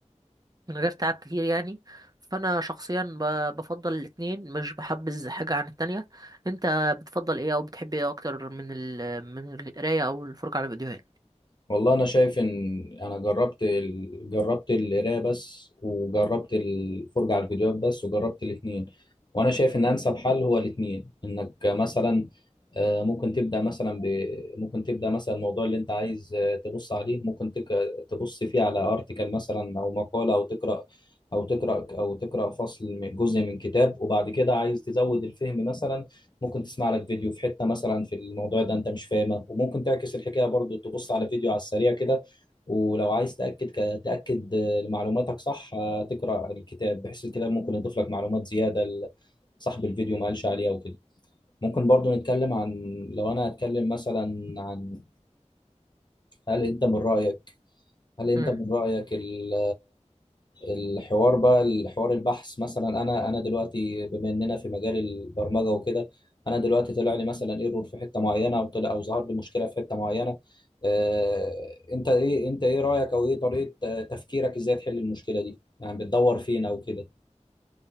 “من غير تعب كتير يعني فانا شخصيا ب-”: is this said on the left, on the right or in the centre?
Right